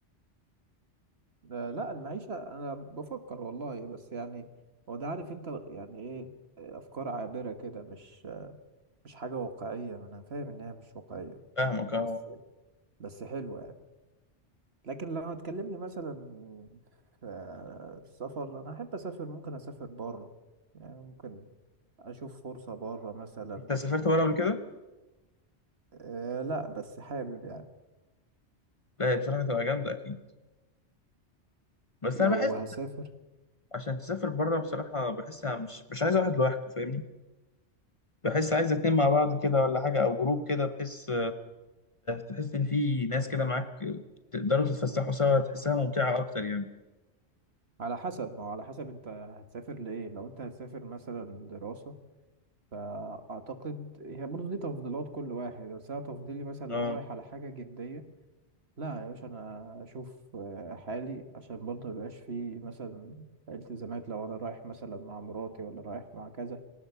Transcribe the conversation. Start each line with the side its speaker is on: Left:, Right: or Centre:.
Right: آه، لا المعيشة أنا بفكر والله بس يعني هو ده عارف أنت يعني إيه آه، أفكار عابرة كده مش مش حاجة واقعية أنا فاهم إن هي مش واقعية
Left: فاهمك
Right: بس
Left: اهو
Right: بس حلوة يعني. لكن لو هتكلمني مثلا في السفر انا احب اسافر ممكن اسافر بره يعني ممكن اشوف فرصة بره مثلا
Left: انت سافرت بره قبل كده؟
Right: أه لا بس حابب يعني
Left: لا هي بصراحة تبقى جامدة اكيد بس
Right: لو
Left: انا بحس
Right: هسافر
Left: عشان تسافر بره بصراحة بحس أنا مش مش عايز واحد لوحده فاهمني بحس عايز اتنين مع بعض كده ولا حاجة أو جروب كده بحس تحس إن في ناس كده معاك تقدروا تتفسحوا سوا تحسها ممتعة أكتر يعني
Right: على حسب ما هو على حسب انت هتسافر لايه لو انت هتسافر مثلا دراسة فاعتقد هي برضه دي تفضيلات كل واحد بس انا تفضيلي مثلا
Left: اه
Right: لو انا رايح على حاجة جدية لا يا باشا انا اشوف آه، حالي عشان برضه ميبقاش فيه مثلا التزامات لو انا رايح مثلا مع مراتي ولا رايح مع كذا